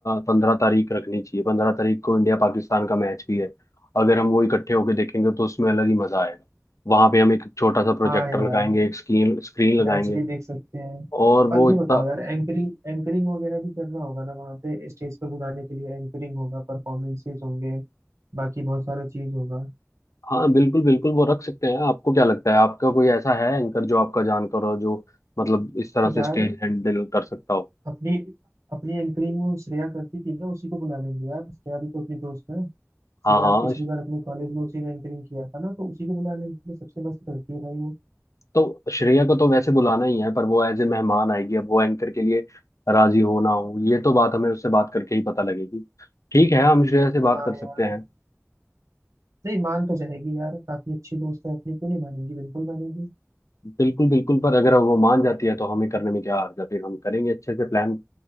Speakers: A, on the left (about 85°); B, on the right (about 75°).
A: पंद्रह तारीख रखनी चाहिए पंद्रह तारीख को इंडिया पाकिस्तान का मैच भी है अगर हम वो इकट्ठे होके देखेंगे तो उसमें अलग ही मजा आएगा वहां पे हम एक छोटा सा प्रोजेक्टर
B: हाँ यार
A: लगाएंगे एक स्क्रीन स्क्रीन लगाएंगे
B: मैच भी देख सकते हैं
A: और वो
B: और ये
A: इतना
B: बताओ यार एंकरिंग एंकरिंग वगैरह भी करना होगा ना वहाँ पे स्टेज पे बुलाने के लिए एंकरिंग होगा परफॉर्मेंसेस होंगे बाकी बहुत सारा चीज होगा
A: हाँ बिल्कुल बिल्कुल वो रख सकते हैं आपको क्या लगता है आपका कोई ऐसा है एंकर जो आपका जानकार हो जो मतलब इस तरह से
B: यार
A: स्टेज हैंडल कर सकता हो
B: अपनी अपनी एंकरिंग वो श्रेया करती थी ना उसी को बुला लेंगे यार श्रेया भी तो अपनी दोस्त है
A: हाँ
B: श्रेया
A: हाँ
B: पिछली बार अपने कॉलेज में उसी ने एंकरिंग किया था ना तो उसी को बुला लेंगे सबसे मस्त करती है भाई वो
A: तो श्रेया को तो वैसे बुलाना ही है पर वो एज ए मेहमान आएगी अब वो एंकर के लिए राजी हो ना हो ये तो बात हमें उससे बात करके ही पता लगेगी ठीक है हम श्रेया से बात
B: हाँ
A: कर सकते
B: यार
A: हैं
B: नहीं मान तो जाएगी यार काफी अच्छी दोस्त है अपनी क्यों नहीं मानेगी बिल्कुल मानेगी
A: बिल्कुल बिल्कुल पर अगर वो मान जाती है तो हमें करने में क्या हर्ज है फिर हम करेंगे अच्छे से प्लान